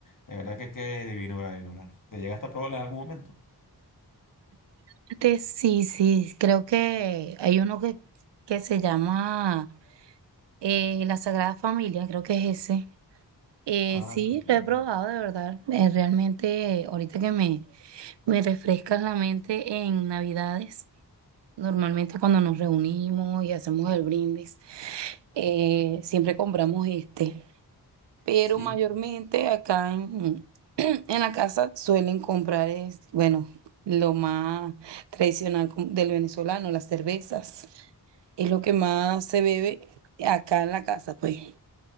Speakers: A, on the left; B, on the right.
A: De verdad que qué divino, divino. ¿Te llegaste a probarla en algún momento?
B: Este, Sí, sí, creo que hay uno que, que se llama eh, La Sagrada Familia, creo que es ese. Eh,
A: Ah,
B: sí,
A: también.
B: lo he probado de verdad. Eh, realmente, ahorita que me, me refrescas la mente en Navidades, normalmente cuando nos reunimos y hacemos el brindis, eh, siempre compramos este pero
A: Sí.
B: mayormente acá en, <clears throat> en la casa suelen comprar, es, bueno, lo más tradicional como del venezolano, las cervezas. Es lo que más se bebe acá en la casa, pues.